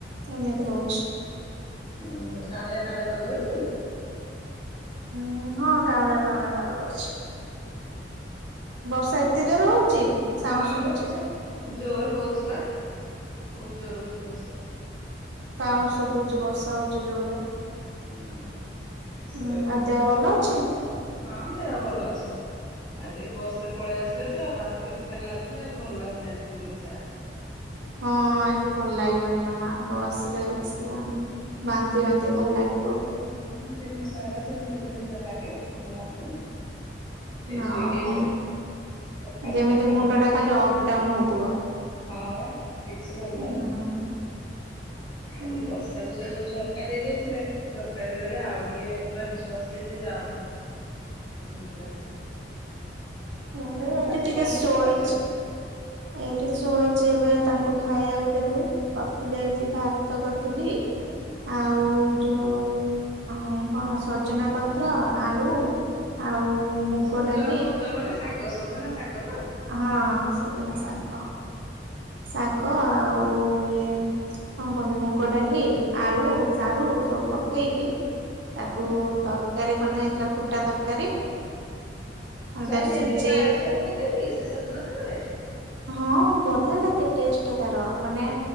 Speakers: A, on the right; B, on the left.
A: ଏମିତି ହଉଛି।
B: ଓହୋ କାଳିଆ କାଳିଆ ପାଗ ହେଇଛି।
A: ଉୁଁ ହଁ କାଁଉଳିଆ କାଉଁଳିଆ ପାଗ କରିଛି। ବର୍ଷା ଏତେ ଜୋର ହଉଛି। ସାଉଣ୍ଡ
B: ହଁ
A: ଶୁଭୁଛି
B: ବା
A: ଯେ
B: ଜୋର୍ ହଉଛି ବା ବହୁତ ଜୋର୍ ହଉଛି ବର୍ଷା।
A: ସାଉଣ୍ଡ୍ ସୁବୁଚି ବର୍ଷା ହଉଛି ଜୋରେ।
B: ହୁଁ ସେ
A: ହୁଁ ଆଉ ଦେହ ଭଲ ଅଛି।
B: ହଁ ଦେହ ଭଲ ଅଛି। ଆଉ ଟିକେ ବସ ରେ ପଳେଇ ଆସିଲେ ତ ବାନ୍ତି ବାନ୍ତି ଖାଲି ଲାଗୁଛେ ଆଉ ଭଲ ଲାଗୁନି ଆଜି ଦିନ ସାରା।
A: ହଁ ଆଜି ଭଲ ଲାଗିବନି ଜମା ବସ୍ ରେ ଆସିଲେ ଆଣି ବାନ୍ତି ବାନ୍ତି ଭଲ ଲାଗିବ।
B: ହଁ ଦିନ ସାରା ସେମିତି ସେମିତି ଥରେ ଲାଗିବ। ଏ
A: ହଁ
B: ସ୍ଵଗି
A: ମୁ
B: ପଖାଳ
A: ଯେମିତି
B: ଦିଟା ଖାଉଥିଲେ
A: ମୁଣ୍ଡ ଟା ଖାଲି ଅପ୍ ଡାଉନ ହଉଥିବ।
B: ଆଉ ହଁ ବା କିଛି ଭଲ
A: ହୁଁ
B: ଲାଗୁନି ଆଉ
A: ହୁଁ
B: ଯଉ ବର୍ଷା ତାକୁ ସେ ସବୁ ଝଟକା ଦେଇ ଦଉଥିଲେ। ସରକାରୀ ଦେଲେ ଆଉ ଟିକେ ପୁରା ନିଶ୍ୱାସ ଯେମତି ଯାଉନି ଏମିତି ଲାଗୁଛି।
A: ହଁ ଭ
B: ଆଉ
A: ଏଇଟା
B: ଆଜି
A: ଟିକେ
B: କଣ
A: ଶୋଇଛି।
B: ରୋଷେଇ କରିଛ?
A: ଏଇଠି ଶୋଇଛି ଏବେ ତାଙ୍କୁ ଖାଇବାକୁ ଦେଲି। କରିଥିଲି ଆଜି ଭାତ କରିଥିଲି ଆଉ ଯଉ ହଁ କଣ ସଜନା ପତ୍ର ଆଳୁ ଆଉ ମୁଗ
B: ସଜନା
A: ଡାଲି
B: ପତ୍ର ମାନେ ଶାଗ ସଜନା ଶାଗ। ତ
A: ହଁ ସଜନା
B: ହୁଁ
A: ଶାଗ
B: ହୁଁ।
A: ଶାଗ
B: ହୁଁ ହୁଁ।
A: ଆଉ ଇଏ କଣ କୁହନ୍ତି ମୁଗ ଡାଲି ଆଳୁ ସାରୁ ସବୁ ପକେଇକି ସେ ତାକୁ
B: ହୁଁ
A: ତରକାରୀ ବନା ହେଇଥିଲା ଫୁଟା ତରକାରୀ। ଆମେ
B: ସେଟା
A: ତାକୁ
B: କେମିତି
A: ସିଝେଇକି
B: ଆଳୁ ସାରୁ ପକେଇକି ସେ ସଜନ ସାଗ ରେ।
A: ହଁ ବଢିଆ ଲାଗେ ଟେଷ୍ଟ ଟା ତାର ମାନେ